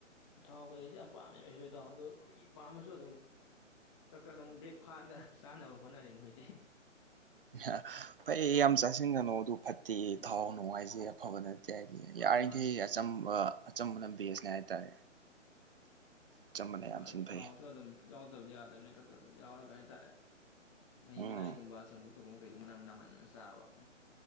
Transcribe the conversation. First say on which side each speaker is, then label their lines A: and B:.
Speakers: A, on the left; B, on the right.
A: ꯊꯥꯎ ꯀꯩꯀꯩꯁꯤ ꯌꯥꯝ ꯄꯥꯝꯃꯦꯕ ꯑꯩꯁꯨ ꯏꯇꯥꯎ ꯑꯗꯣ ꯄꯥꯝꯃꯁꯨ ꯑꯗꯨꯝ ꯈꯔ ꯈꯔ ꯑꯗꯨꯝ ꯕ꯭ꯔꯦꯛ ꯐꯥꯔꯒ ꯆꯥꯅꯕ ꯍꯣꯠꯅꯔꯦꯅꯦ ꯍꯧꯖꯤꯛꯇꯤ
B: <unintelligible> ꯐꯩꯌꯦ ꯌꯥꯝ ꯆꯥꯁꯤꯟꯒꯅꯨ ꯑꯗꯨ ꯐꯠꯇꯦ
A: ꯎꯝ
B: ꯊꯥꯎ ꯅꯨꯡ ꯍꯥꯏꯖꯩ ꯌꯥꯝ ꯐꯕ ꯅꯠ ꯍꯥꯏꯗꯤ
A: ꯃꯥꯅꯤ
B: ꯌꯥꯔꯤꯈꯩ
A: ꯃꯥꯅꯤ
B: ꯑꯆꯝꯕ ꯑꯆꯝꯕ ꯕꯦꯁꯅꯦ ꯍꯥꯏꯇꯥꯔꯦ ꯑꯆꯝꯕꯅ
A: ꯃꯥꯅꯦ
B: ꯌꯥꯝ ꯊꯤꯅ
A: ꯊꯥꯎꯁꯨ
B: ꯐꯩ
A: ꯑꯗꯨꯝ ꯌꯥꯎꯗꯕꯗꯤ ꯌꯥꯗꯕꯅꯤꯅ ꯈ ꯈ ꯑꯗꯨꯝ ꯌꯥꯎꯔꯒ ꯍꯥꯏꯇꯥꯔꯦ ꯃꯍꯤ
B: ꯎꯝ
A: ꯃꯅꯥꯏ ꯒꯨꯝꯕꯥ ꯆꯝꯐꯨꯠ ꯈꯣꯏꯒꯨꯝ ꯀꯩꯒꯨꯝꯕꯅ ꯌꯥꯝ ꯅꯝꯃꯟꯅ ꯆꯥꯕ